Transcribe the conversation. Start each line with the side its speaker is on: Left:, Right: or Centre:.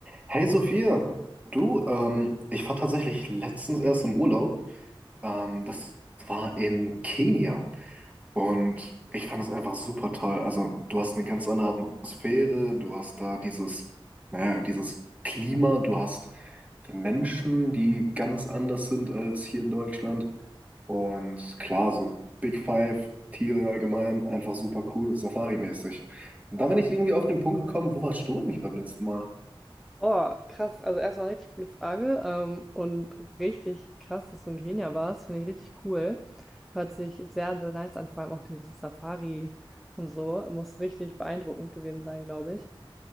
Right: Hey Sophia, du, ähm, ich war tatsächlich letztens erst im Urlaub. Ähm, das war in Kenia und ich fand es einfach super toll. Also du hast eine ganz andere Atmosphäre, du hast da dieses, naja, dieses Klima, du hast die Menschen, die ganz anders sind als hier in Deutschland. Und klar, so Big Five, Tiere allgemein, einfach super cool, Safari-mäßig. Und da bin ich irgendwie auf den Punkt gekommen, wo warst du eigentlich beim letzten Mal?
Centre: Boah, krass. Also erstmal richtig coole Frage ähm, und richtig krass, dass du in Kenia warst. Finde ich richtig cool. Hört sich sehr, sehr nice an, vor allem auch diese Safari und so. Muss richtig beeindruckend gewesen sein, glaube ich.